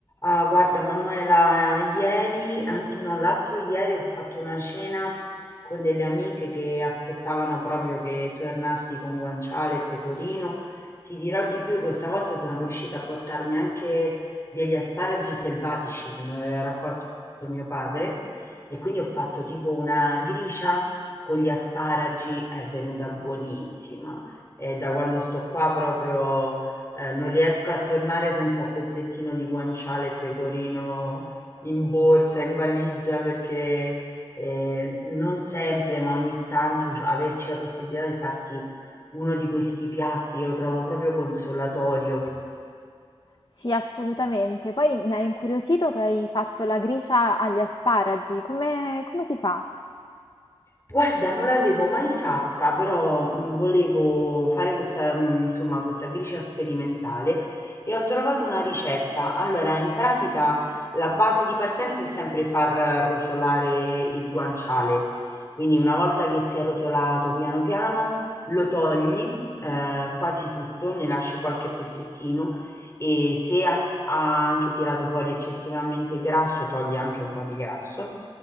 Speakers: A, on the left (about 30°); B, on the left (about 45°).
A: Ah, guarda, Manuela, ieri, anzi no, l'altro ieri ho fatto una cena con delle amiche che aspettavano proprio che tornassi con guanciale e pecorino. Ti dirò di più, questa volta sono riuscita a portarmi anche degli asparagi selvatici che mi aveva raccolto mio padre e quindi ho fatto tipo una gricia con gli asparagi, è venuta buonissima. E da quando sto qua proprio eh, non riesco a tornare senza un pezzettino di guanciale e pecorino in borsa, in valigia, perché eh, non sempre, ma ogni tanto c- averci la possibilità di farti uno di questi piatti, io lo trovo proprio consolatorio.
B: Sì, assolutamente. Poi mi ha incuriosito che hai fatto la gricia agli asparagi. Come, come si fa?
A: Guarda, non l'avevo mai fatta, però, mhmm, volevo fare questa mhmm, insomma, questa gricia sperimentale e ho trovato una ricetta. Allora, in pratica la base di partenza è sempre far rosolare il guanciale, quindi una volta che si è rosolato piano piano lo togli, ehm, quasi tutto, ne lasci qualche pezzettino e se ha ha anche tirato fuori eccessivamente grasso, togli anche un po' di grasso.